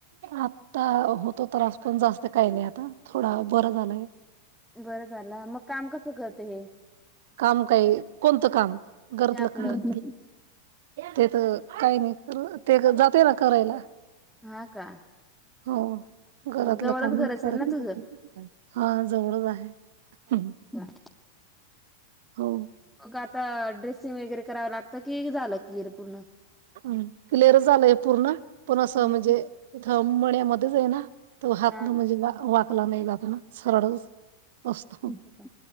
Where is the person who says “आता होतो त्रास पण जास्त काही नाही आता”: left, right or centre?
Right